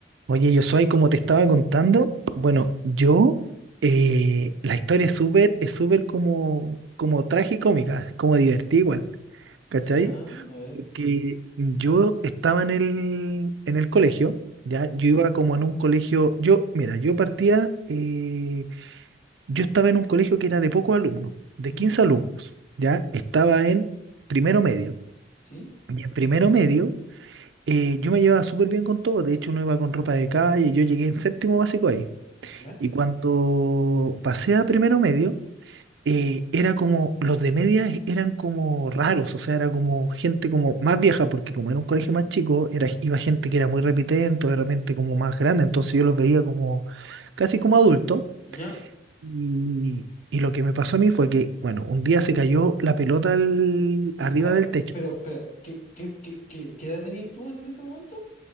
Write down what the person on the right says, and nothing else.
Oye, yo soy, como te estaba contando, bueno, yo, eh, la historia es súper, es súper como, como tragicómica, como divertida igual, ¿cachai?
Porque yo estaba en el, en el colegio, ya, yo iba como en un colegio, yo, mira, yo partía, eh, yo estaba en un colegio que era de pocos alumnos, de
15
alumnos, ya, estaba en primero medio,
y en primero medio, eh, yo me llevaba súper bien con todo, de hecho uno iba con ropa de calle, yo llegué en séptimo básico ahí.
Y cuando pasé a primero medio, eh, era como, los de media e, eran como raros, o sea, era como gente como más vieja, porque como era un colegio más chico, era, iba gente que era muy repitente, de repente como más grande, entonces yo los veía como casi como adultos.
Y, y lo que me pasó a mí fue que, bueno, un día se cayó la pelota al- arriba
del techo.